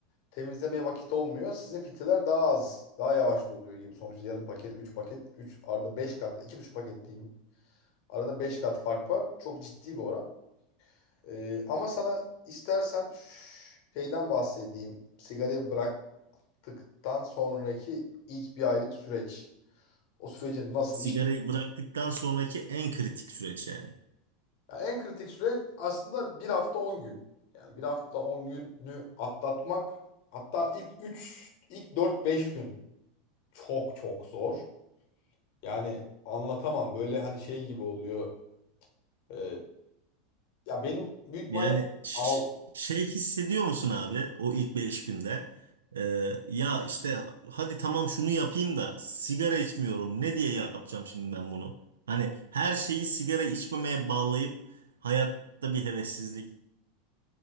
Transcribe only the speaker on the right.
Sigarayı
bıraktıktan sonraki en kritik süreç yani.
Yani ş-
şey hissediyor musun abi o ilk beş günde? Ee, ya işte hadi tamam şunu yapayım da sigara içmiyorum. Ne diye yapacağım şimdi ben bunu? Hani her şeyi sigara içmemeye bağlayıp hayatta bir hevessizlik.